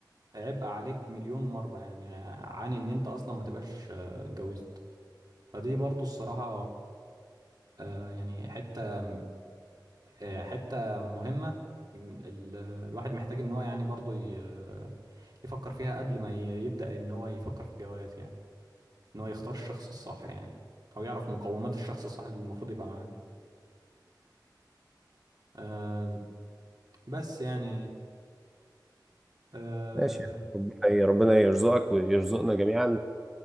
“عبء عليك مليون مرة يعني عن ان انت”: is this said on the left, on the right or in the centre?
Right